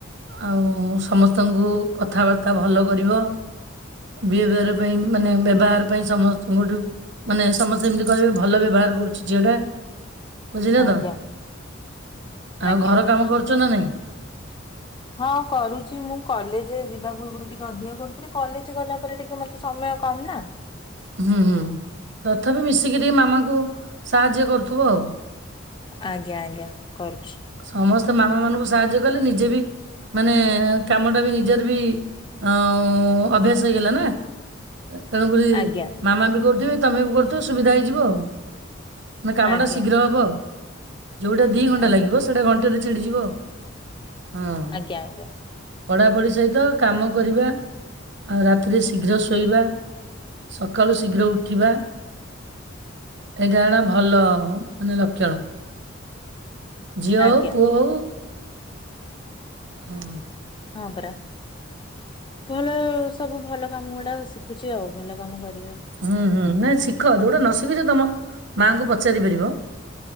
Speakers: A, on the right; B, on the left.
A: ଆଉ ସମସ୍ତଙ୍କୁ କଥାବାର୍ତ୍ତା ଭଲ କରିବ। ବିହେଭିଅର ପାଇଁ ମାନେ ବ୍ୟବହାର ପାଇଁ ସମ ସ୍ତଙ୍କ ଠୁ ମାନେ ସମସ୍ତେ ଯେମିତି କହିବେ ଭଲ ବ୍ୟବହାର କରୁଛି ଝିଅ ଟା। ବୁଝିନେ
B: ଆଜ୍ଞା
A: ତ। ଆଉ
B: ଆଜ୍ଞା
A: ଘର
B: ଆଜ୍ଞା।
A: କାମ କରୁଛ ନା ନାଇଁ
B: ହଁ କରୁଛି, ମୁଁ କଲେଜ ଯିବା ପୂର୍ବରୁ ଟିକେ ଅଧିକା କରୁଥିଲି କଲେଜ ଗଲା ପରେ ଟିକେ। ଟିକେ ମତେ ସମୟ କମ ନା।
A: ହୁଁ, ହୁଁ, ତଥାପି ମିଶିକି ରି ମାମାଙ୍କୁ ସାହାଯ୍ୟ କରୁଥିବ ଆଉ।
B: ଆଜ୍ଞା, ଆଜ୍ଞା, କରୁଛି।
A: ସମସ୍ତେ ମାମା ମାନଙ୍କୁ ସାହାଯ୍ୟ କଲେ ନିଜେ ବି। ମାନେ କାମଟା ବି ନିଜର ବି ଉଁ ଅଭ୍ୟାସ ହେଇଗଲା ନା। ଏ ତେଣୁକରି
B: ଆଜ୍ଞା
A: ମାମା ବି କରୁଥିବେ ତମେ ବି କରୁଥିବ ସୁବିଧା ହେଇଯିବ ଆଉ। ମାନେ କାମଟା
B: ଆଜ୍ଞା
A: ଶୀଘ୍ର ହବ ଆଉ, ଯୋଉଟା ଦି ଘଣ୍ଟା
B: ଆଜ୍ଞା
A: ଲାଗିବ ସେଇଟା ଘଣ୍ଟେରେ ଛିଡିଯିବ ଆଉ। ହଁ।
B: ଆଜ୍ଞା ଆଜ୍ଞା
A: ପଢାପଢି ସହିତ କାମ କରିବା ଆଉ ରାତିରେ ଶୀଘ୍ର ଶୋଇବା। ସକାଳୁ ଶୀଘ୍ର ଉଠିବା। ଏଇଟା ଗୋଟେ ଭଲ ମାନେ ଲକ୍ଷଣ। ଝିଅ
B: ଆଜ୍ଞା
A: ହଉ ପୁଅ ହଉ। ହୁଁ।
B: ହଁ ପରା, ଭଲ ସବୁ ଭଲ କାମ ଗୁଡା ଶିଖୁଛି ଆଉ ଭଲ କାମ କରି।
A: ଉଁ, ହୁଁ, ନାଇଁ ଶିଖ ଯୋଉଟା ନ ଶିଖିଛ ତମ ମାଆଙ୍କୁ ପଚାରି ପାରିବ।